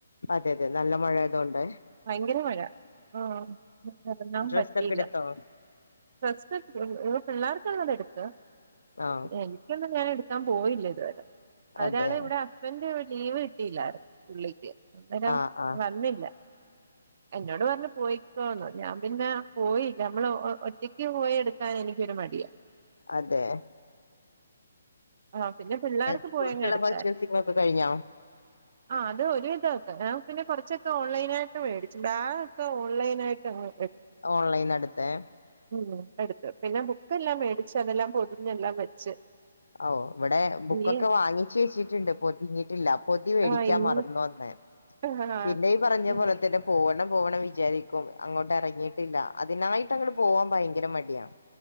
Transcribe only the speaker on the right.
ഭയങ്കര മഴ ആഹ് എറങ്ങാൻ
പറ്റിയില്ല
ഡ്രസ്സ്‌ മ് പിള്ളേർക്ക് ള്ളത്എടുത്ത്
ഇൻക്ക് ഒന്നും ഞാൻ എടുക്കാൻ പോയില്ല ഇതുവരെ അതൊരാളെ
ഇവിട ഹുസ്‌ബൻറ്റ് ലീവ് കിട്ടിയില്ലായിരുന്നു പുള്ളിക്കി അന്നേരം
വന്നില്ല എന്നോട് പറഞ്ഞ് പോയിക്കോന്നു ഞാൻ പിന്നെ പോയില്ല നമ്മള് ഒറ്റക്ക് പോയി എടു ക്കാന് എനിക്കൊരു മടിയാ
ആഹ് പിന്നെ പിള്ളേർക്ക്
പോയങ്ങ് എടുത്തായിരുന്നു
ആഹ് അത് ഒരുവിതോക്കെ ഞാൻ പിന്നെ കുറച്ചൊക്കെ ഓൺലൈനായിട്ട് വേടിച്ചു ബാഗ് ഒക്ക ഓൺലൈൻ ആയിട്ട് അങ്ങ്
മം എടുത്ത് പിന്നെ ബുക്കെല്ലാം മേടിച്ച് അതെല്ലാം പൊതിഞ്ഞെല്ലാം വെച്ച്
ഇനി
ആഹ് ഇന്ന്
ആഹ്
ഉം